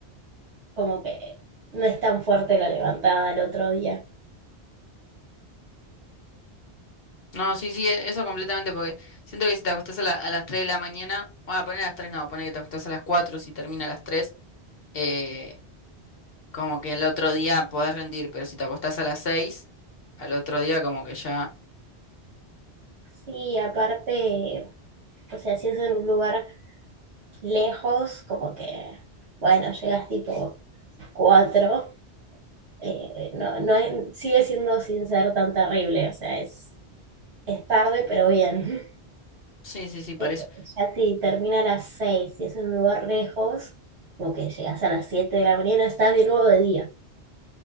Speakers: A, on the right; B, on the left.
A: como que no es tan fuerte la levantada al otro día.
B: No, sí, sí, e- eso completamente porque siento que si te acostás a, la- a las 3 de la mañana, bueno, poner a las 3 no, poner que te acostás a las 4 si termina a las tres eh, como que el otro día podés rendir, pero si te acostás a las 6 al otro día como que ya...
A: Sí, aparte, o sea, si es en un lugar lejos, como que, bueno, llegas tipo cuatro eh, no, no es- sigue siendo sin ser tan terrible, o sea, es, es tarde, pero bien. <laughs>
B: Sí, sí, sí, por
A: Eh,
B: eso.
A: Ya si termina a las 6 y es en un lugar lejos, como que llegas a las 7 de la mañana, estás de nuevo de día.